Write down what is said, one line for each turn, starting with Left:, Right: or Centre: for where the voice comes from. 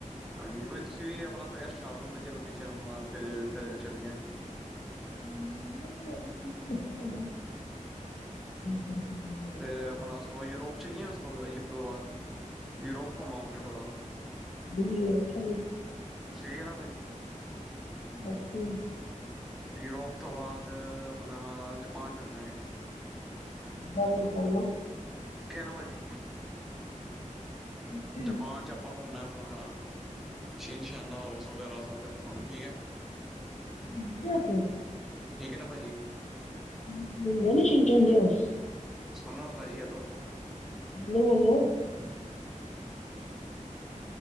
Centre: ਹਾਂਜੀ ਕੋਈ ਤੁਸੀਂ ਵੀ ਆਪਣਾ ਸਗੈਸਟ ਕਰ ਦੋ ਵਧੀਆ ਲੋਕੇਸ਼ਨ ਆਪਣਾ ਉੱਥੇ ਚੱਲਏ
Left: ਨਹੀਂ ਅਰ ਤੁਸੀਂ ਦੱਸੋ <unintelligible> ਕਾਰ ਵਾਲੇ
Centre: ਫਿਰ
Left: ਬੰਦੇ
Centre: ਆਪਣਾ ਯੂਰੋਪ ਚਲੀਏ ਅ ਤੋਂ ਸਤੋਲਿਜ ਪਰਿਵਾਰ ਯੂਰੋਪ ਘੁੰਮਾਵਾਂਗੇ ਥੋੜਾ
Left: <unintelligible> ਅੱਛਾ ਜੀ
Centre: ਠੀਕ ਹੈ ਨਾ ਭਾਜੀ
Left: ਰੱਖੀ
Centre: ਯੂਰੋਪ ਤੋਂ ਬਾਅਦ ਆਪਣਾ ਜਪਾਨ ਚੱਲ ਜਾਂਗੇ
Left: ਹਾਂਜੀ ਚਲੋ
Centre: ਕਹਿਣਾ ਭਾਜੀ
Left: ਓਕੇ
Centre: ਜਪਾਨ ਚ ਆਪ ਘੁੰਮਣਾ ਆਪਣਾ ਛਿਨ ਸ਼ਾਨ ਦਾ ਹਾਊਸ ਵਗੈਰਾ ਸਾਰੇ ਘੁੰਮ ਠੀਕ ਹੈ
Left: ਘੁੰਮ ਰਿਹਾ ਫਿਰ
Centre: ਠੀਕ ਹੈ ਨਾ ਭਾਜੀ
Left: <unintelligible>
Centre: ਸੁਣਾ ਭਾਜੀ ਹੈਲੋ
Left: ਬੋਲੋ ਬੋਲੋ
Centre: <inaudible>